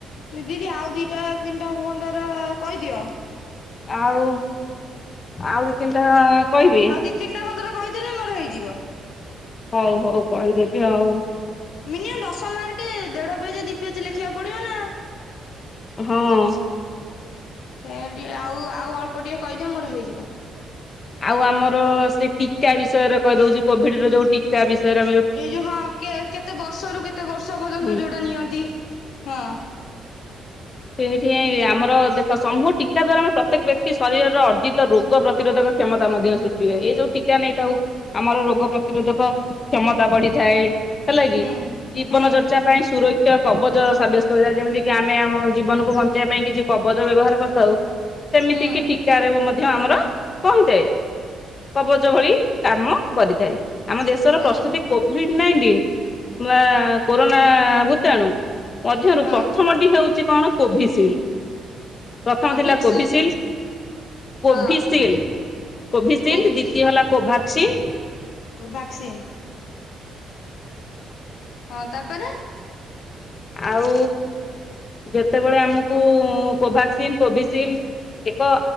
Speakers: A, on the left; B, on the left.
A: ଦିଦି ଆଉ ଦିଟା ତିନିଟା ପନ୍ଦର କହିଦିଅ?
B: ଆଉ ଆଉ ଦି ତିନିଟା କହିବି?
A: ଦିଇ ତିନିଟା କନ୍ତର କହିଦେଲେ ମୋର ହେଇଯିବ।
B: ହଉ ହଉ କହିଦେବି ଆଉ।
A: ମିନିମମ୍ ଦଶ ମାର୍କେ ଦେଢ଼ ପେଜ୍ ଦୁଇ ପେଜ୍ ଲେଖିବାକୁ ପଡ଼ିବନା।
B: ହଁ।
A: ସେଟ ଆଉ ଆଉ ଅଳ୍ପ ଟିକେ କହିଦିଅ ମୋର ହେଇଯିବ।
B: ଆଉ ଆମର ସେ ଟୀକା ବିଷୟରେ କହିଦଉଚି କୋଭିଡ଼ିର ଯୋଉ ଟୀ ତା ବିଷୟରେ ଆ
A: ଏଇ ଯୋଉ ହଁ କେ କେତେ ବର୍ଷରୁ କେତେ ବର୍ଷ ପର୍ଯ୍ୟନ୍ତ
B: ହୁଁ
A: ଯୋଉଟା ନିଅନ୍ତି ହଁ।
B: ସେଇଥିପାଇଁ ଆମର ଦେଖ ସମୂହ ଟିକା ଦ୍ଵାରା ଆମେ ପ୍ରତ୍ୟେକ ବ୍ୟକ୍ତି ଶରୀରର ଅର୍ଜିତ ରୋଗ ପ୍ରତିରୋଧକ କ୍ଷମତା ମଧ୍ୟ ସୃଷ୍ଟି ହୁଏ ଏ ଯୋଉ ଟୀକା ନେଇଥାଉ ଆମର ରୋଗ ପ୍ରତିରୋଧକ କ୍ଷମତା ବଢିଥାଏ ହେଲାକିି
A: ହୁଁ
B: ଜୀବନ
A: ହୁଁ
B: ଚର୍ଚା ପାଇଁ ସୁରକ୍ଷା କବଚ ସାବ୍ୟସ୍ତ ହୋଇଥାଏ ଯେମିତିକିି ଆମେ ଆମ ଜୀବନକୁ ବଞ୍ଚେଇବା ପାଇଁ କିଛି କବଜ ବ୍ୟବହାର କରିଥାଉ ସେମିତିକିି
A: ହୁଁ
B: ଟିକାରେ ମଧ୍ୟ ଆମର କହିଥାଏ କବଜ ଭଳି କାମ କରିଥାଏ ଆମ ଦେଶର
A: ହଁ
B: ପ୍ରସ୍ତୁତି କୋଭିଡ୍ ନାଇଣ୍ଟିନ୍ ବା କୋରୋନା ଭୂତାଣୁ ମଧ୍ୟରୁ
A: ହଁ
B: ପ୍ରଥମ ଟି ହଉଛି କଣ କୋଭିସିଲ୍ ପ୍ରଥମ
A: କୋଭିକ୍ସିଲ୍
B: ଥିଲା କୋଭିସିଲ୍, କୋଭିସିଲ୍,
A: ହଁ
B: କୋଭିସିଲ୍
A: କୋଭ୍
B: ଦ୍ୱିତୀୟ ହେଲା କୋଭାକ୍ସିନ୍
A: କୋଭାକ୍ସିନ୍। ହଁ ତାପରେ
B: ଆଉ କେତେବେଳେ ଆମକୁ କୋଭାକ୍ସିନ୍, କୋଭିସିଲ୍ ଏକ